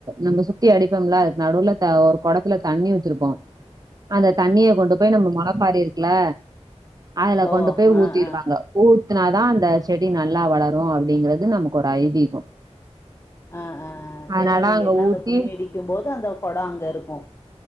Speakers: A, on the right (about 35°); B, on the left (about 25°).
A: நம்ப சுத் தி அடிப்போம்ல நடுவுல ஒரு குடத்துல தண்ணி வச்சிருப்போ
B: உ
A: அந்த தண்ணிய கொண்டு போய் நம்ப மொளப்பாரி இருக்குல அதுல
B: ஓ
A: கொண்டு போய்
B: ஆ
A: ஊத்திடுவாங்க
B: ஆ
A: ஊத்துனாதா அந்த செடி நல்லா வளரு அப்டிங்கிறது நமக்கு ஒரு ஐதீகோ
B: ஆ ஆ ஆ
A: அதனால
B: எனா நீங்க
A: அங்க
B: எல்லா
A: ஊத்தி
B: அந்த கும்மி அடிக்கு போது அந்த கொடோ அங்க இருக்கு